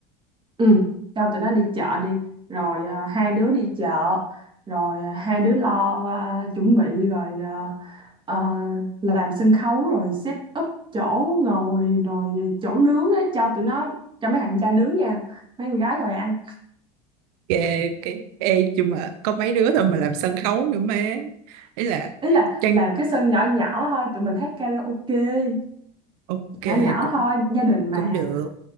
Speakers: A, on the right; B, on the right.
A: Ừ, cho tụi nó đi chợ đi, rồi à, hai đứa đi chợ, rồi à, hai đứa lo à, chuẩn bị rồi à, ờ, làm sân khấu rồi set up chỗ ngồi rồi chỗ nướng đó cho tụi nó cho mấy thằng trai nướng nha, mấy con gái ngồi ăn.
B: ê, cái ê nhưng mà có mấy đứa thôi mà làm sân khấu nữa má ấy là
A: Ý là
B: chăng
A: làm cái sân nhỏ nhỏ thôi, tụi mình hát karaoke,
B: ok
A: nhỏ nhỏ
B: cũng
A: thôi, gia đình mà.
B: cũng được